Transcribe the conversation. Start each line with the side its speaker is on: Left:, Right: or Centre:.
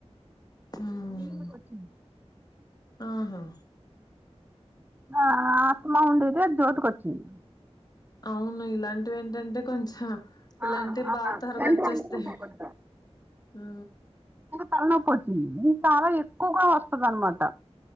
Left: ఉమ్
Right: అది ఈమెకు వచ్చింది
Left: ఆహా
Right: ఆ ఆత్మ ఉండతే అది జోటుకి వచ్చింది
Left: అవును ఇలాంటివి ఏంటంటే కొంచెం ఇలాంటి
Right: ఆ, ఆ,
Left: బాగా త్వరగా
Right: ఇలాంటివి
Left: వచ్చేస్తాయి
Right: అంటుకుంటాయి కొద్దిగా
Left: ఊ
Right: తల నొప్పి వచ్చింది ఇది చాలా ఎక్కువగా వస్తదనమాట